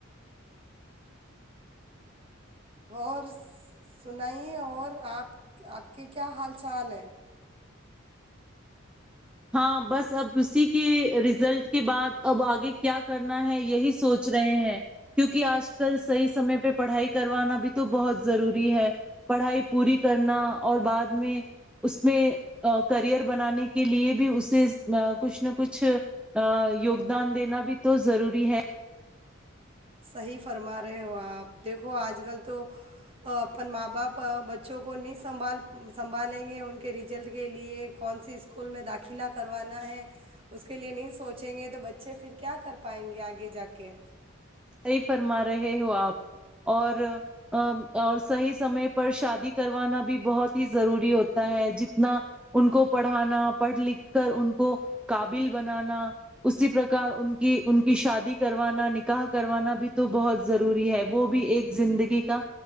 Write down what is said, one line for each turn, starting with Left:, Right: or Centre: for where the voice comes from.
Right: اور سنائیے اور آپ کے کیا حال چال ہیں
Centre: ہاں بس اب اسی کے ریزلٹ کے بعد اب آگے کیا کرنا ہے یہی سوچ رہے ہیں کیونکہ آج کل صحیح سمے پہ پڑھائی کروانا بھی تو بہت ضروری ہے پڑھائی پوری کرنا اور بعد میں اس میں کرئر بنانے کے لیے بھی اسے کچھ نہ کچھ یوگدان دینا بھی تو ضروری ہے
Right: صحیح فرما رہے ہو اپ دیکھو اج کل تو اپن ماں باپ بچوں کو نہیں سنبھال سنبھالیں گے ان کے ریجن کے لیے کون سی سکول میں داخلہ کروانا ہے اس کے لیے نہیں سوچیں گے تو بچے پھر کیا کر پائیں گے اگے جا کے
Centre: صحیح فرما رہے ہو آپ اور اور صحیح سمے پر شادی کروانا بھی بہت ہی ضروری ہوتا ہے جتنا ان کو پڑھانا پڑھ لکھ کر ان کو قابل بنانا اسی پرک ان کی ان کی شادی کروانا نکاح کروانا بھی تو بہت ضروری ہے وہ بھی ایک زندگی کا